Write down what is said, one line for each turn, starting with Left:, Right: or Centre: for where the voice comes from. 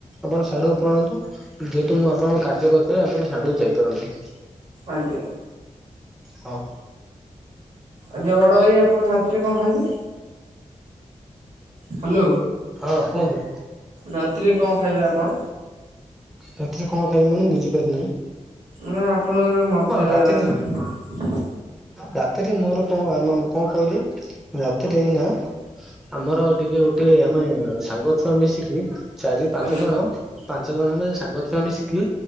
Centre: ଆପଣ ସାଡକୁ ପଳାନ୍ତୁ ଯେହେତୁ ମୁଁ ଆପଣଙ୍କ କାର୍ଯ୍ୟ କରିପାରିବି ଆପଣ ସାଡକୁ ଯାଇପାରନ୍ତି।
Right: ଆଜ୍ଞା।
Centre: ହଁ।
Right: ଆଜ୍ଞା, ବଡ଼ ଭାଇ ଆପଣ ରାତିରେ କଣ ଖାଇବେ? ହାଲୋ,
Centre: ହଁ କୁହନ୍ତୁ।
Right: ରାତିରେ କଣ ଖାଇବେ ଆପଣ?
Centre: ରାତିରେ କଣ ଖାଇବି ମାନେ ବୁଝି ପାରି ନାଇ।
Right: ନା ଆପଣଙ୍କ ଯୋଉ ମଦ୍ୟ
Centre: ରାତିରେ
Right: ରେ
Centre: ରାତିରେ ମୋର କଣ ଆ, ମ-କଣ କହିଲେ ରାତିରେ ଏଇନା ଆମର ଟିକେ ଗୋଟିଏ ଆମେ ସାଙ୍ଗ ଛୁଆ ମିଶିକି ଚାରି ପାଞ୍ଚ
Right: ଆଜ୍ଞା
Centre: ଜଣ ପାଞ୍ଚ ଜଣ ଆମେ ସାଙ୍ଗ ଛୁଆ ମିଶିକି